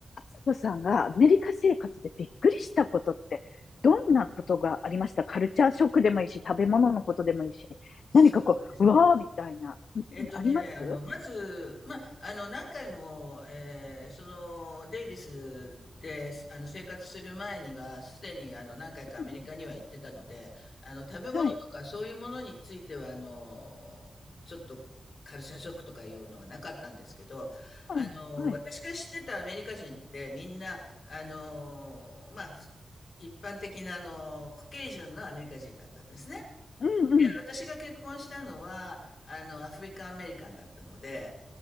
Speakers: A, on the left; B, on the left.
A: つ子さんがアメリカ生活でびっくりしたことって、どんなことがありましたカルチャーショックでもいいし、食べ物のことでもいいし、
B: そうですね。
A: 何かこう、うわーみたいな、うん、
B: えっとね、
A: ありますうん
B: あの、まず、ま、あの、何回も、えーその、デイビスで、あの、生活する前には、すでに、あの、何回かアメリカには行ってたので、
A: うん
B: あの、食べ物とかそういうものについては、
A: はい。
B: あの、ちょっと、カルチャーショックとかいうのはなかったんですけど、あの、
A: うん、はい。
B: 私が知ってたアメリカ人って、みんな、あの、まあ、ふ一般的な、あの、コケージュンのアメリカ人だったんですね。
A: うん、うん。
B: いや、私が結婚したのは、あの、アフリカンアメリカンだったので、